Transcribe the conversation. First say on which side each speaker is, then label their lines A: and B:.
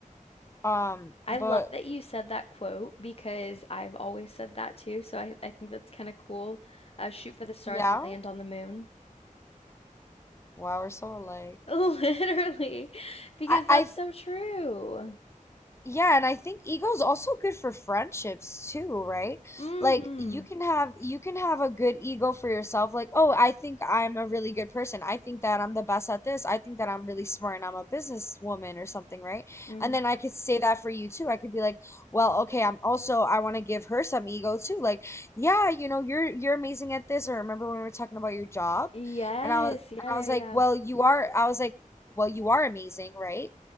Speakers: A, on the left; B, on the left.
A: Um,
B: I
A: but
B: love that you said that quote because I've always said that too, so I, I think that's kind of cool. Uh, shoot for the stars
A: yeah,
B: and land on the moon.
A: wow, we're so alike.
B: <laughs> Literally, because
A: I,
B: that's
A: I
B: so true.
A: Yeah, and I think ego's also good for friendships too, right?
B: Mm-hmm.
A: Like you can have you can have a good ego for yourself, like, oh, I think I'm a really good person. I think that I'm the best at this. I think that I'm really smart and I'm a businesswoman or something, right?
B: Mm-hmm.
A: And then I could say that for you too. I could be like, well, okay, I'm also I want to give her some ego too. Like, yeah, you know, you're you're amazing at this. Or remember when we were talking about your job?
B: Yes,
A: And I was and
B: yeah, yeah,
A: I was like,
B: yeah.
A: well, you are I was like, well, you are amazing, right?